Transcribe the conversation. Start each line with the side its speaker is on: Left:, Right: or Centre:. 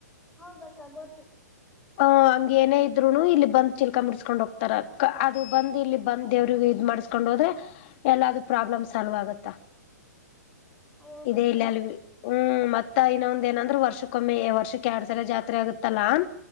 Centre: ಹೌದಕ್ಕ ಗೊತ್ತು
Left: ಅ್ ಹಂಗ್ ಏನೇ ಇದ್ರುನು ಇಲ್ಲಿ ಬಂದ ಚಿಲ್ಕಾ ಮುಡಿಸಸ್ಕೊಂಡ್ ಹೋಗ್ತಾರ ಅದು ಬಂದ ಇಲ್ಲಿ ಬಂದ ದವ್ರ ಇ್ ಮಾಡ್ಸ್ಕೊಂಡ ಕೊಂಡ್ ಹೋದ್ರೆ ಎಲ್ಲಾದೂ ಪ್ರಾಬ್ಲಮ್ ಸಾಲ್ವ್ ಆಗುತ್ತ
Centre: ಹೌದಕ್ಕ
Left: ಇದದೆೇ ಇಲ್ಲ ಅಲ್ಲಿ ಹ್ಮ್ ಮತ್ತ ಇನ್ನೊಂದ್ ನಂದ್ರರು ವರ್ಷಕ್ಕೊಮ್ಮೆ ವರ್ಷಕ್ ಎಡ್ ಸರ ಜಾತ್ರೆ ಆಗುತ್ತಲ್ಲಾ